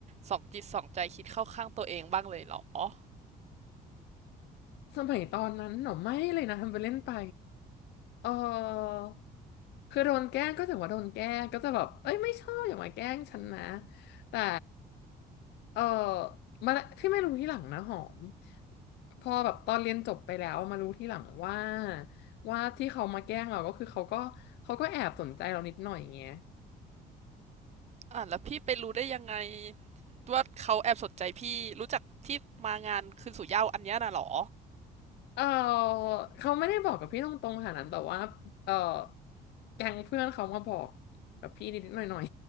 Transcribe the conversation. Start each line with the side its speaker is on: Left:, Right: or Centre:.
Right: สองจิตสองใจคิดเข้าข้างตัวเองบ้างเลยเหรอ
Left: สมัยตอนนั้นหนอไม่เลยนะทำไปเล่นไปเออ คือโดนแกล้งก็จะว่าโดนแกล้งก็จะแบบเอ้ยไม่ชอบอย่ามาแกล้งฉันนะแต่เออมาที่ไม่รู้ที่หลังนะหอมพอแบบตอนเรียนจบไปแล้วมารู้ที่หลังว่าว่าที่เขามาแกล้งเราก็คือเขาก็เขาก็แอบสนใจเรานิดหน่อยอย่างเงี้ย
Right: อ่ะแล้วพี่ไปรู้ได้ยังไงว่าเขาแอบสนใจพี่รู้จักที่มางานคืนสู่เหย้าอันเนี้ยน่ะเหรอ
Left: เออเขาไม่ได้บอกกับพี่ตรงๆขนาดนั้นแต่ว่าเออแก๊งเพื่อนเขามาบอกกับพี่นิดๆหน่อย